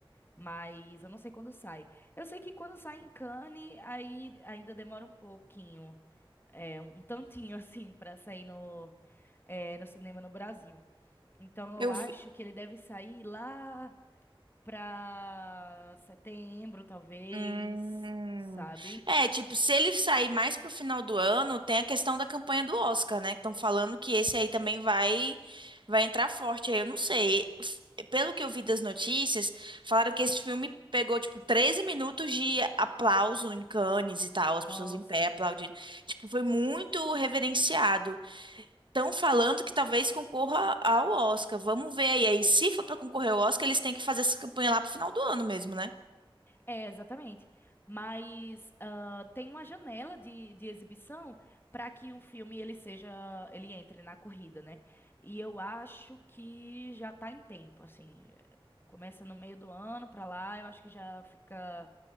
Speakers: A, on the left; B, on the right.
A: Mas eu não sei quando sai. Eu sei que quando sai em Cannes, aí ainda demora um pouquinho, é, um tantinho <laughs> assim pra sair no é, no cinema no Brasil. Então
B: Eu
A: eu acho
B: vi.
A: que ele deve sair lá pra setembro, talvez,
B: Hum.
A: sabe?
B: É, tipo, se ele sair mais pro final do ano, tem a questão da campanha do Oscar, né? Que estão falando que esse aí também vai vai entrar forte. Aí eu não sei. F- Pelo que eu vi das notícias, falaram que esse filme pegou, tipo, 13 minutos de aplauso em Cannes e tal, as pessoas
A: Nossa.
B: em pé aplaudindo. Tipo, foi muito reverenciado. Estão falando que talvez concorra ao Oscar. Vamos ver aí. Aí, se for pra concorrer ao Oscar, eles têm que fazer essa campanha lá pro final do ano mesmo, né?
A: É, exatamente. Mas ah, tem uma janela de, de exibição para que o filme ele seja, ele entre na corrida, né? E eu acho que já tá em tempo, assim. Começa no meio do ano para lá, eu acho que já fica